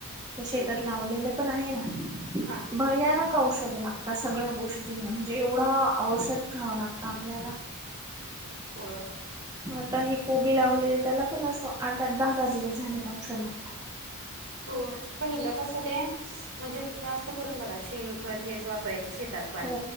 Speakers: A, on the right (about 15°); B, on the right (about 65°).
A: शेतात
B: हम्म
A: लावलेलं पण आहे ना
B: हा
A: भजनक औषधं लागतात सगळ्या गोष्टींना म्हणजे एवढं औषध घ्यावं लागतं आपल्याला
B: हो
A: आता हेी कोबी लावलेली त्याला पण असं आठ आठ दहा दहा दिवस झाले पावसाला
B: हो पहिलं कसं ते म्हणजे जास्त करून बघा शेण खत हेच वापरायचे शेतात पण
A: हो